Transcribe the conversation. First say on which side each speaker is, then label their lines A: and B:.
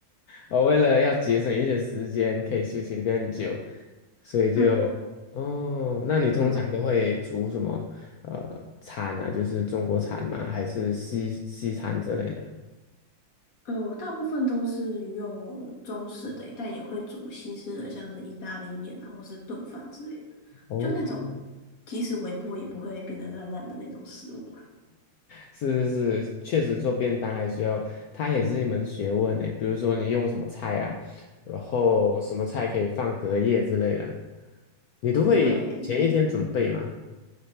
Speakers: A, on the left; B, on the left.
A: 我为了要节省一些时间，可以休息的更久，所以就
B: 对啊，
A: 哦，那你通常都会煮什么呃餐呢、
B: 嗯。
A: 啊？就是中国餐吗？还是西西餐之类的？
B: 嗯，我大部分都是用中式的，但也会煮西式的，像是意大利面啊，或是炖饭之类的，
A: 哦
B: 就那种即使微波也不会变得烂烂的那种食物。
A: 是是是，确实做便当还需要，它也是一门学问呢。比如说你用什么菜啊，然后什么菜可以放隔夜之类的，你都会前一天准备吗？
B: 对，